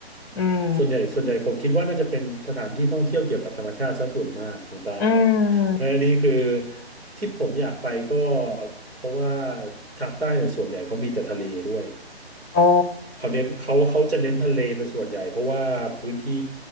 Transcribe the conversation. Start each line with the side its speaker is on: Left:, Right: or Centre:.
Left: อืม
Right: ส่วนใหญ่ส่วนใหญ่ผมคิดว่าน่าจะเป็นสถานที่ท่องเที่ยวเกี่ยวกับธรรมชาติซะส่วนมากทางใต้
Left: อืม
Right: เออนี่คือที่ผมอยากไปก็เพราะว่าทางใต้เนี่ยส่วนใหญ่เขามีแต่ทะเลด้วย
Left: อ๋อ
Right: เขาเน้นเขาเขาจะเน้นทะเลเป็นส่วนใหญ่เพราะว่าพื้นที่